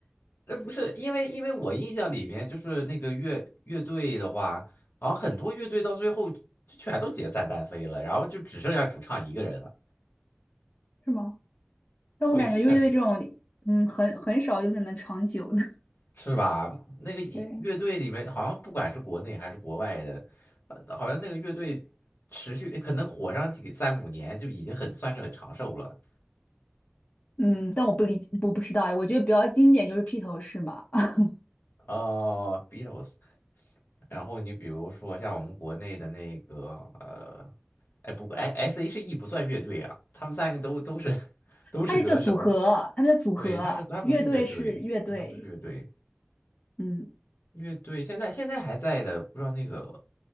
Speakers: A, on the left (about 65°); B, on the left (about 40°).
A: 呃，不是，因为因为我印象里面就是那个乐乐队的话，好像很多乐队到最后就全都解散单飞了，然后就只剩下主唱一个人了。
B: <laughs> 是吗？但我感觉乐队这种，
A: 我印象里
B: 嗯，很很少就是能长久的。<laughs>
A: 是吧？那个一乐队里面好像不管是国内还是国外的，
B: 对，
A: 呃好像那个乐队持续可能火上几三五年就已经很算是很长寿了。
B: 嗯，但我不理，我不知道，我觉得比较经典就是披头士嘛，<laughs> 啊，
A: 哦，Beatles。然后你比如说像我们国内的那个呃，哎不过哎 S.H.E 不算乐队啊，他们三个都都是 <laughs> 都是歌手，
B: 它是叫组合，他们叫组合，
A: 对，他是他不是乐队，
B: 乐队是乐队，
A: 他不是乐队，
B: 嗯，
A: 乐队现在现在还在的，不知道那个